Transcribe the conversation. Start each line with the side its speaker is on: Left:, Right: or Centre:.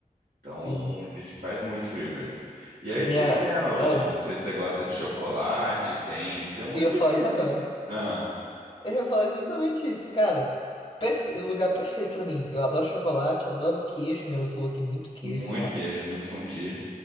Right: Então,
Left: Sim.
Right: diz que faz muito frio mesmo. E aí
Left: Minha.
Right: tem, né? o-
Left: Ah,
Right: não sei se você gosta de chocolate, tem, tem um monte
Left: eu ia
Right: de
Left: falar
Right: coisinha.
Left: isso agora. <laughs>
Right: Ah,
Left: Eu ia falar exatamente isso, cara. Perfe... Lugar perfeito pra mim. Eu adoro chocolate, adoro o queijo. Minha mãe falou que tem muito queijo
Right: muito
Left: lá.
Right: queijo, muito fundi.